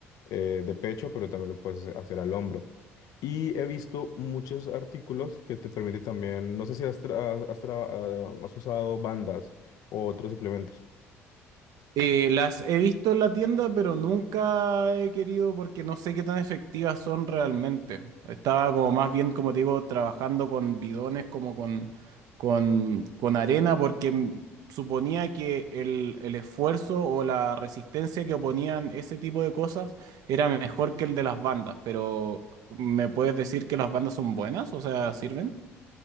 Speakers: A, on the left (about 60°); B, on the right (about 60°).
A: eh, de pecho, pero también lo puedes hacer al hombro. Y he visto muchos artículos que te permiten también, no sé si has, tra- has tra- has usado bandas o otros suplementos.
B: Eh, las he visto en la tienda, pero nunca he querido porque no sé qué tan efectivas son realmente. Estaba como más bien, como te digo, trabajando con bidones, como con, con, con arena, porque mm, suponía que el, el esfuerzo o la resistencia que oponían ese tipo de cosas era mejor que el de las bandas. Pero, ¿me puedes decir que las bandas son buenas? O sea, ¿sirven?